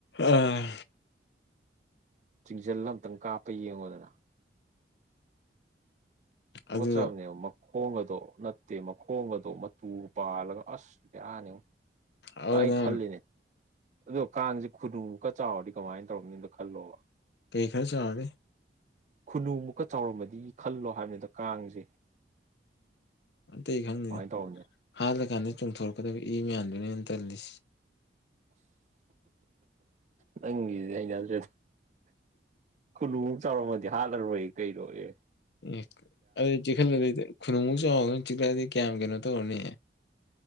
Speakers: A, on the left (about 65°); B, on the right (about 40°).
A: ꯑꯥ
B: ꯆꯤꯡꯖꯜ ꯑꯃꯝꯇꯪ ꯀꯥꯞꯄ ꯌꯦꯡꯉꯣꯗꯅ
A: ꯑꯗꯨ
B: ꯀ ꯆꯕꯅꯤ ꯃꯈꯣꯡ ꯑꯗꯣ ꯅꯠꯇꯦ ꯃꯈꯣꯡ ꯑꯗꯣ ꯃꯇꯨ ꯄꯥꯜꯂꯒ ꯑꯁ ꯌꯥꯅꯤꯉ
A: ꯑꯗꯨꯅ
B: ꯑꯩ ꯈꯜꯂꯤꯅꯦ ꯑꯗꯣ ꯀꯥꯡꯁꯦ ꯈꯨꯗꯨꯀ ꯆꯥꯎꯔꯗꯤ ꯀꯃꯥꯏꯅ ꯇꯧꯔꯅꯤꯅꯗꯣ ꯈꯜꯂꯣꯕ
A: ꯀꯩ ꯈꯔ ꯆꯥꯦ
B: ꯈꯨꯅꯨꯃꯨꯛꯀ ꯆꯥꯎꯔꯝꯕꯗꯤ ꯈꯜꯂꯣ ꯍꯥꯏꯕꯅꯤꯗ ꯀꯥꯡꯁꯦ
A: ꯎꯝꯇꯩ ꯈꯪꯗꯅꯦ
B: ꯀꯃꯥꯏꯅ ꯇꯧꯔꯝꯅꯤ
A: ꯍꯥꯜꯂꯀꯥꯟꯗ ꯆꯣꯡꯊꯣꯔꯛꯀꯗꯕ ꯏ ꯃꯌꯥꯝꯗꯨꯅꯦ ꯑ ꯇꯜꯂꯤꯁꯤ
B: ꯅꯪꯒꯤꯗꯤ ꯑꯩꯅꯗ꯭ꯔꯦ ꯀ ꯀꯨꯜꯨꯃꯨꯛ ꯆꯥꯎꯧꯔꯝꯃꯗꯤ ꯍꯥꯜꯂꯔꯣꯏ ꯑꯩ ꯀꯩꯔꯣꯏꯦ
A: ꯑꯦ ꯑꯗꯨ ꯆꯤꯛꯈꯜꯂꯗꯤꯗꯤ ꯈꯨꯅꯨꯡꯃꯨꯛ ꯆꯥꯎꯗꯅ ꯆꯤꯛꯂꯛꯑꯗꯤ ꯀꯌꯥꯝ ꯀꯩꯅꯣ ꯇꯧꯔꯅꯤ